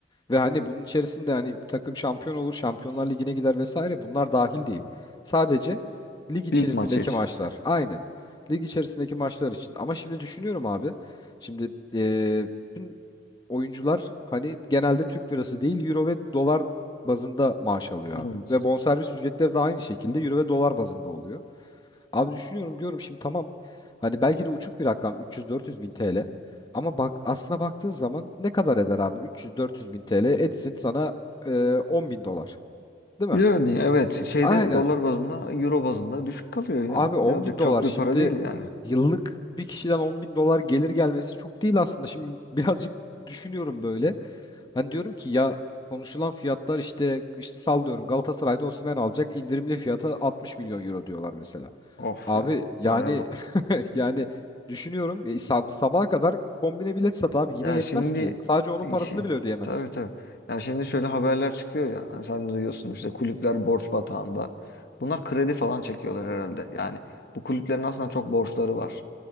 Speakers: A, on the left; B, on the left.
A: Ve hani bunun içerisinde hani takım şampiyon olur, Şampiyonlar Ligi'ne gider vesaire bunlar dahil değil. Sadece lig içerisindeki
B: Lig maçı için.
A: maçlar. Aynen. Lig içerisindeki maçlar için. Ama şimdi düşünüyorum abi. Şimdi e, bütün oyuncular hani genelde Türk lirası değil euro ve dolar bazında maaş alıyor
B: Evet.
A: abi. Ve bonservis ücretleri de aynı şekilde euro ve dolar bazında oluyor. Abi düşünüyorum diyorum şimdi tamam hani belki de uçuk bir rakam 300-400 bin TL ama bak aslına baktığın zaman ne kadar eder abi 300-400 bin TL etsin sana e, 10 bin dolar değil mi?
B: Yani evet şeyde
A: Aynen
B: dolar bazında euro bazında düşük kalıyor ya.
A: Abi
B: Ne
A: 10
B: olacak
A: bin
B: çok
A: dolar
B: bir
A: şimdi
B: para değil yani.
A: yıllık bir kişiden 10 bin dolar gelir gelmesi çok değil aslında. Şimdi birazcık düşünüyorum böyle. Hani diyorum ki ya konuşulan fiyatlar işte, işte sallıyorum Galatasaray'da Osimhen alacak indirimli fiyata 60 milyon euro diyorlar mesela.
B: Of
A: Abi
B: ya
A: yani
B: paraya bak.
A: <laughs> yani düşünüyorum e, sab- sabaha kadar kombine bilet sat abi yine
B: Ya
A: yetmez
B: şimdi
A: ki. Sadece onun
B: işin
A: parasını bile ödeyemezsin.
B: tabii tabii. Ya şimdi şöyle haberler çıkıyor ya. Hani sen de duyuyorsun işte kulüpler borç batağında. Bunlar kredi falan çekiyorlar herhalde. Yani bu kulüplerin aslında çok borçları var.